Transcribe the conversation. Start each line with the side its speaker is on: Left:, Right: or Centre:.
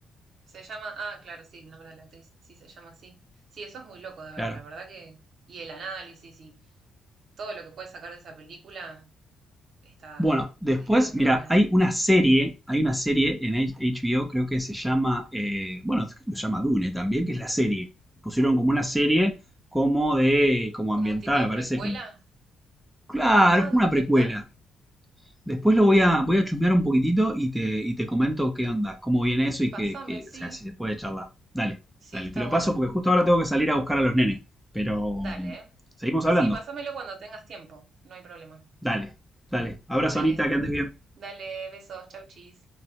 Right: se llama. Ah, claro, sí, el nombre de la actriz. Sí, se llama así. Sí, eso es muy loco de
Centre: Claro.
Right: ver, la verdad que. Y el análisis y todo lo que puedes sacar de esa película está,
Centre: Bueno, después,
Right: está muy
Centre: mira,
Right: bueno.
Centre: hay una serie, hay una serie en H- HBO, creo que se llama, eh, bueno, creo que se llama Dune también, que es la serie. Pusieron como una serie como de, como
Right: Como
Centre: ambiental,
Right: un tipo de
Centre: me
Right: precuela.
Centre: parece como, claro,
Right: Ah,
Centre: es como
Right: documental.
Centre: una precuela. Después lo voy a, voy a chusmear un poquitito y te, y te comento qué onda, cómo viene eso y
Right: Pásame,
Centre: que, que,
Right: sí.
Centre: o sea, si se puede charlar. Dale,
Right: Sí,
Centre: dale,
Right: está
Centre: te lo
Right: bueno.
Centre: paso porque justo ahora tengo que salir a buscar a los nenes, pero
Right: Dale,
Centre: mm,
Right: ¿eh?
Centre: seguimos hablando.
Right: Sí, pásamelo cuando tengas tiempo. No hay problema.
Centre: Dale, dale, abrazo
Right: Dale.
Centre: Anita, que andes bien.
Right: Dale, besos. Chau, chis.